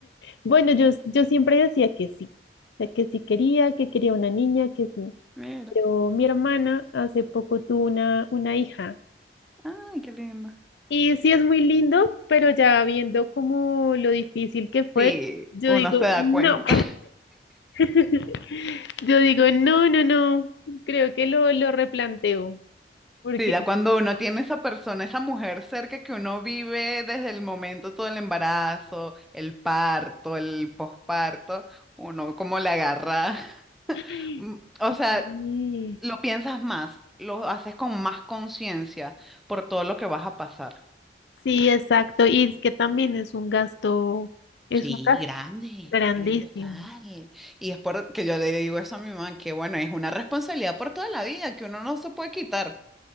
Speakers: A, on the left (about 75°); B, in the centre.
A: Bueno, yo, yo siempre decía que sí, o sea, que sí quería, que quería una niña, que sí.
B: Mira.
A: Pero mi hermana hace poco tuvo una, una hija.
B: Ay, qué lindo.
A: Y sí es muy lindo, pero ya viendo como lo difícil que fue,
B: Sí,
A: yo
B: uno
A: digo,
B: se da
A: no,
B: cuenta.
A: <laughs> yo digo, no, no, no, creo que lo, lo replanteo, porque
B: Sí, ya cuando uno tiene esa persona, esa mujer cerca que uno vive desde el momento todo el embarazo, el parto, el posparto, uno como le agarra, <laughs>
A: ay,
B: mm, o sea,
A: sí,
B: lo piensas más, lo haces con más conciencia por todo lo que vas a pasar.
A: sí, exacto, y es que también es un gasto, es
B: Sí,
A: un gasto
B: grande,
A: grandísimo.
B: eh, total. Y es por que yo le digo eso a mi mamá, que bueno, es una responsabilidad por toda la vida que uno no se puede quitar.